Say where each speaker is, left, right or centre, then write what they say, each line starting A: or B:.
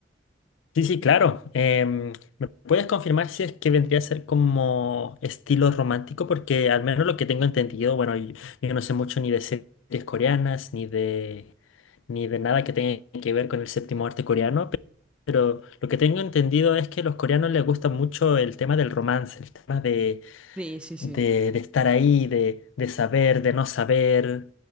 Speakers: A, on the left (about 85°); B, in the centre.
A: Sí, sí, claro. Em, ¿me puedes confirmar si es que vendría a ser como estilo romántico? Porque al menos lo que tengo entendido, bueno, y- yo, no sé mucho ni de series coreanas, ni de, ni de nada que tenga que ver con el séptimo arte coreano, pe- pero lo que tengo entendido es que a los coreanos les gusta mucho el tema del romance, el tema de,
B: Sí, sí, sí.
A: de, de estar ahí, de, de saber, de no saber.